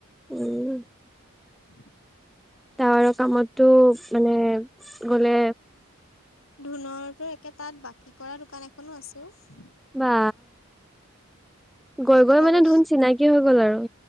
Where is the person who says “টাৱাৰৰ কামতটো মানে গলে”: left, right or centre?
Centre